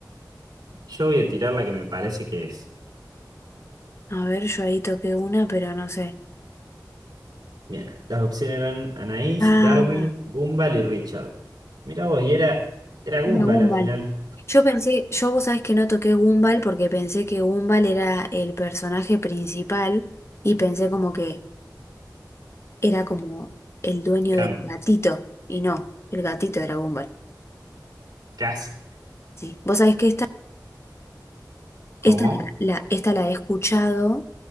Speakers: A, on the right (about 85°); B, on the left (about 35°).
A: Yo voy a tirar la que me parece que es.
B: A ver, yo ahí toqué una, pero no sé.
A: Bien, las opciones eran Anaís,
B: Ah,
A: Darwin, Gumball y Richard. Mirá vos, y era, era Gumball
B: una Gumball.
A: al final.
B: Yo pensé, yo vos sabés que no toqué Gumball porque pensé que Gumball era el personaje principal y pensé como que era como el dueño
A: Cam-
B: del gatito. Y no, el gatito era Gumball.
A: Casi.
B: Sí. Vos sabés que esta...
A: ¿Cómo?
B: Esta la, la- esta la he escuchado,